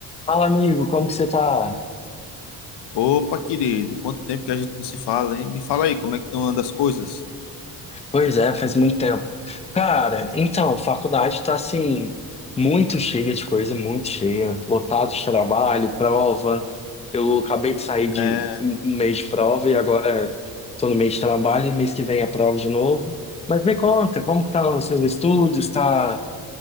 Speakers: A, on the left; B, on the left.
A: Fala, amigo, como que você tá?
B: Opa, querido, quanto tempo que a gente não se fala, hein? Me fala aí, como é que estão andando as coisas?
A: Pois é, faz muito tempo. Cara, então, faculdade tá assim, muito cheia de coisa, muito cheia, lotado de trabalho, prova. Eu acabei de sair de
B: É,
A: um um mês de prova e agora tô no mês de trabalho e mês que vem é prova de novo. Mas me conta, como que tá os seus estudos? Tá